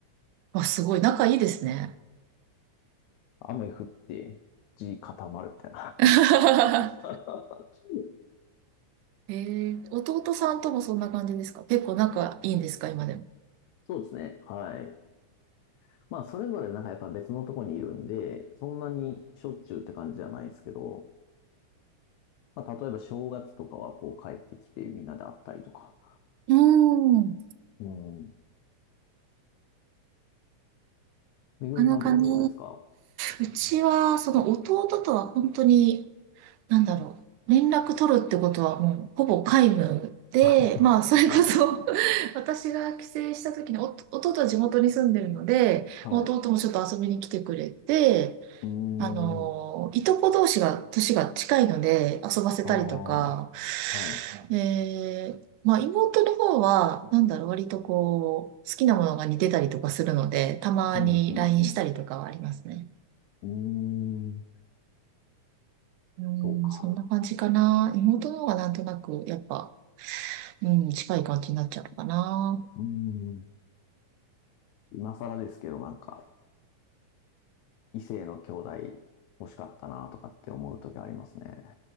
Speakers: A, on the right; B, on the left.
A: あ、すごい。仲いいですね。
B: 雨降って、地固まるみたいな。
A: <laughs>
B: <laughs>
A: えー、弟さんともそんな感じですか結構仲いいんですか今でも。
B: そうですね。はい。まあ、それぞれなんかやっぱ別のとこにいるんで、そんなにしょっちゅうって感じじゃないですけど、まあ、例えば正月とかはこう帰ってきてみんなで会ったりとか。
A: うーん。
B: うん。めぐみさんとかどうですか
A: なかなかね、うちは、その弟とは本当になんだろう。連絡取るってことはもうほぼ皆無で、
B: はい。
A: まあそれこそ
B: はい。
A: <laughs> 私が帰省した時にお弟は地元に住んでるので、
B: はい。
A: まあ弟もちょっと遊びに来てくれて、
B: うー
A: あのーいとこ同士が年が近いので遊ばせたりとか、
B: ん。ああ。はい。
A: えーまあ妹の方はなんだろう割とこう好きなものが似てたりとかするので、たまに
B: うん、うん、
A: LINE
B: うん。
A: したりとかはありますね。
B: うーん。
A: うん、
B: そうか。
A: そんな感じかな。妹の方がなんとなくやっぱうん、近い感じになっちゃうのかな。
B: うーん。今更ですけど、なんか、異性の兄弟欲しかったなとかって思う時ありますね。